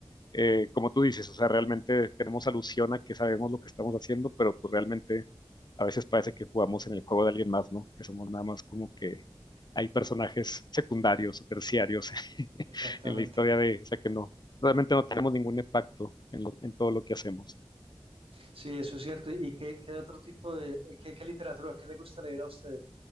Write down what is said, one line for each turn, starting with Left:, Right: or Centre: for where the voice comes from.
Left: eh, como tú dices, o sea, realmente tenemos alusión a que sabemos lo que estamos haciendo, pero pues realmente a veces parece que jugamos en el juego de alguien más, ¿no? Que somos nada más como que hay personajes secundarios o terciarios <laughs>
Right: exactamente.
Left: en la historia de, o sea, que no, realmente no tenemos ningún impacto en, lo- en todo lo que hacemos.
Right: Sí, eso es cierto. ¿Y qué, qué otro tipo de, qué, qué literatura, qué le gusta leer a usted,